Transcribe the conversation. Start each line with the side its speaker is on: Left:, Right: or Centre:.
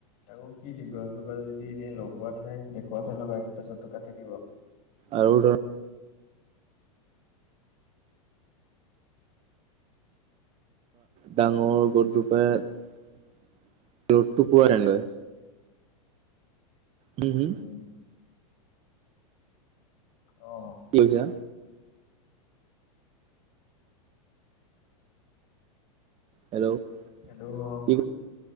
Left: তাকৌ কি দি গছ জোপাৰ যদি এনেই লগোৱাতহে দেখুৱাতহে লগাই তাৰপিছতটো কাটি দিব
Right: আৰু ধৰ ডাঙৰ গছ জোপাই ৰ'দটো পোৱা টানি লয় হ হু
Left: উম অঁ
Right: কি কৈছা হেল্ল'
Left: হেল্টো' অ
Right: কি
Left: ক